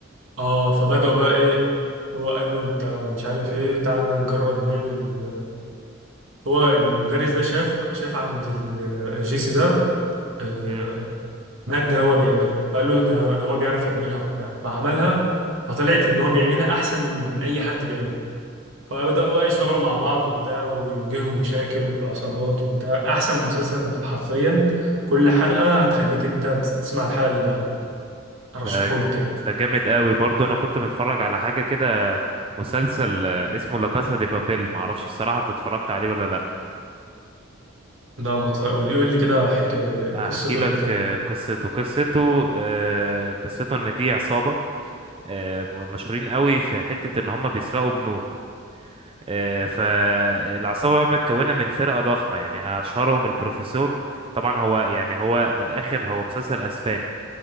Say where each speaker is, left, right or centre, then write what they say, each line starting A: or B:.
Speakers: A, on the right (about 70°); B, on the right (about 25°).
A: اه فبدأوا بقى ايه هو قال له انت مش عارف ايه تعال نجرب نعمل هو المدرس ده شاف شاف عند ال- الجيسي ده آه،
B: مم.
A: مادة هو بيعملها فقال له ده هو بيعرف يعملها وبتاع فعملها فطلعت ان هو بيعملها احسن من اي حد بيعملها فبدأوا بقى يشتغلوا مع بعض وبتاع ويواجههم مشاكل وعصابات وبتاع احسن مسلسل حرفيا كل حلقة هتخليك ان انت تسمع الحلقة اللي بعدها ارشحهولك
B: ده
A: يعني
B: ده جامد قوي برضو انا كنت بتفرج على حاجه كده مسلسل آه، اسمه لا كاسا دي بابيل معرفش الصراحه انت اتفرجت عليه ولا لا
A: لا ما تف- قول قول لي كده حكا-
B: هحكي
A: قصته
B: لك
A: ايه طيب
B: آه، قصته قصته آه، قصته ان دي عصابه آه، م- مشهورين قوي في حته ان هم بيسرقوا بنوك آه، فالعصابه بقى متكونه من فرقه ضخمه يعني اشهرهم البروفيسور طبعا هو يعني هو من الاخر هو مسلسل اسباني